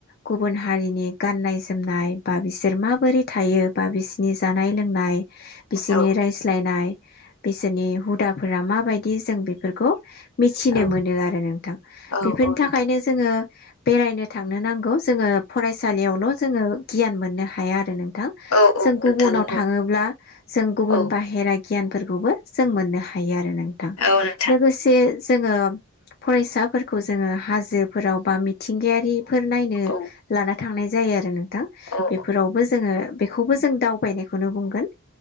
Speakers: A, on the left; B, on the left.
A: गुबुन हारिनि गाननाय जोमनाय बा बिसोर माबोरै थायो बा बिसोरनि जानाय लोंनाय नाय बिसिनि
B: औ
A: रायज्लायनाय बिसोरनि हुद दाफोरा माबायदि जों बेफोरखौ खौ मिथिनो
B: औ
A: मोनो आरो नोंथां
B: औ
A: बेफोरनि
B: औ
A: थाखायनो
B: नोंथां
A: जोङो। बेरायनो थांनो नांगौ जोङो फरायसालियावल' जोङो गियान मोननो हाया आरो नों थां
B: औ
A: जों
B: औ
A: गुबुनाव
B: नोंथां नंगौ
A: थाङोब्ला जों गुबुन
B: औ
A: बाहेरा गियानफोरखौबो जों मोननो हायो आरो नों थां
B: औ नोंथां
A: लोगोसे जोङो फरायसाफोरखौ जोङो हाजोफोराव बा मिथिंगायारि फोर नायनो
B: औ
A: लाना थांनाय जायो आरो नोंथां
B: औ
A: बेफोरावबो जोङो खौबो जों दावबायदों बेखौनो बुंगोन।